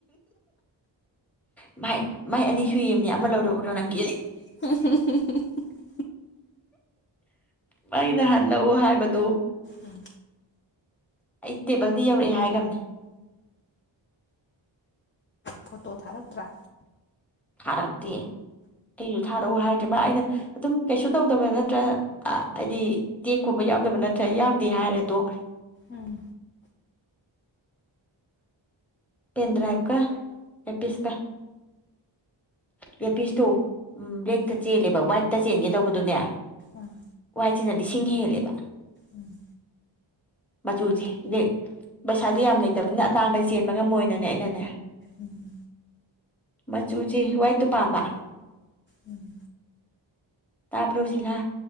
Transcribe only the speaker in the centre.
ꯥꯃꯥꯏ ꯃꯥꯏ ꯑꯅꯤ ꯁꯨꯏꯑꯝꯅꯤ ꯑꯃ ꯂꯧꯔꯛ ꯎꯔꯣ ꯅꯪꯒꯤ
ꯃꯥꯒꯤꯅ ꯍꯟꯂꯛꯎ ꯍꯥꯏꯕꯗꯣ
ꯑꯩ ꯇꯦꯕꯜꯗꯤ ꯌꯧꯔꯛꯑꯦ ꯍꯥꯏꯒꯝꯅꯦ
ꯊꯥꯔꯛꯇꯦ ꯑꯩ ꯖꯨ ꯊꯥꯔꯛꯎ ꯍꯥꯏꯗ꯭ꯔꯦ ꯃꯥ ꯑꯩꯅ ꯑꯗꯨꯝ ꯀꯩꯁꯨꯠ ꯇꯧꯗꯕ ꯅꯠꯇ꯭ꯔꯥ ꯍꯥꯏꯗꯤ ꯇꯦꯛ ꯈꯣꯠꯄ ꯌꯥꯎꯗꯕ ꯅꯠꯇ꯭ꯔꯥ ꯌꯥꯎꯗꯦ ꯍꯥꯏꯔꯦ ꯇꯣꯛꯈ꯭ꯔꯦ
ꯗꯔ꯭ꯥꯏꯄ ꯀ ꯑꯦꯄꯤꯁ ꯀ ꯑꯦꯄꯤꯁ ꯇꯣ ꯕ꯭ꯂꯦꯛꯇ
ꯆꯦꯜꯂꯦꯕ ꯋꯥꯏꯠꯇ ꯆꯦꯟꯒꯦ ꯇꯧꯕꯗꯨꯅꯦ
ꯋꯥꯏꯠꯁꯤꯅ ꯂꯤꯁꯤꯡ ꯍꯦꯜꯂꯦꯕ
ꯃꯆꯨꯁꯦ ꯕ꯭ꯂꯦꯛ ꯄꯩꯁꯥꯖꯦ ꯌꯥꯝ ꯂꯩꯇꯕꯅꯤꯅ ꯑꯇꯥꯡꯕ ꯆꯦꯟꯕ ꯉꯝꯃꯣꯏꯅꯅꯦ ꯑꯩꯅꯅꯦ
ꯃꯆꯨꯖꯦ ꯋꯥꯏꯠꯇꯨ ꯄꯥꯝꯕ
ꯇꯥꯕ꯭ꯔꯣ ꯁꯤꯂꯥ